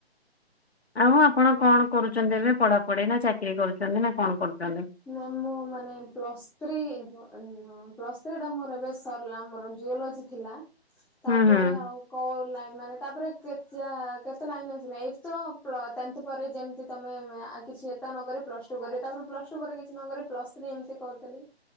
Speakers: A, on the left (about 75°); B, in the centre.
A: ଆଉ ଆପଣ କଣ କରୁଛନ୍ତି ଏବେ ପଢାପଢି ନା ଚାକିରି କରୁଛନ୍ତି ନା କଣ କରୁଚନ୍ତି?
B: ନାଇଁ ମୁଁ ମାନେ ପ୍ଲସ୍ ଥ୍ରୀ ଏନଁ ପ୍ଲସ୍ ଥ୍ରୀ ଟା ମୋର ଏବେ ସରିଲା ମୋର ଜିଓଲୋଜି ଥିଲା ତାପରେ
A: ହୁଁ ହୁଁ।
B: ଆଉ କୋ ଲାଇନ୍ ମାନେ ତାପରେ କେଚା କେତେ ଲାଇନ୍ ଆସିନି ଏଇ ତ ପ୍ଲ ଟେ ତ ପରେ ଯେମିତି ତମେ ଏ ଆ କିଛି ଏତା ନ କରି ପ୍ଲସ ଟୁ କରି ତା ପ୍ଲସ ଟୁ ପରେ କିଛି ନ କରି ପ୍ଲସ୍ ଥ୍ରୀ ଏମତି କରଦେଲି